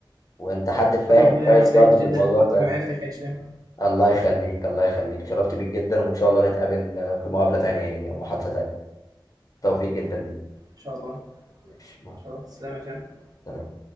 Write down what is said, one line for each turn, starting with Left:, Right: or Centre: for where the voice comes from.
Left: وأنت حد فاهم
Right: وأنا والله يعني
Left: كويس
Right: سعيد
Left: برضه
Right: جدًا
Left: في الموضوع فاهم
Right: بمعرفتك يا هشام،
Left: الله يخليك الله يخليك شرفت بيك جدا وإن شاء الله نتقابل آه، في مقابلة تانية يعني أو محادثة تانية توفيق جدا ليك
Right: إن شاء الله، إن
Left: ماشي مع
Right: شاء الله، تسلم يا هشام.
Left: السلامة